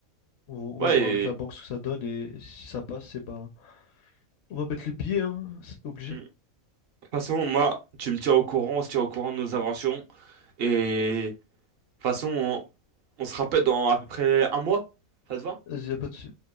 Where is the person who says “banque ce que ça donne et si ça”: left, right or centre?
Left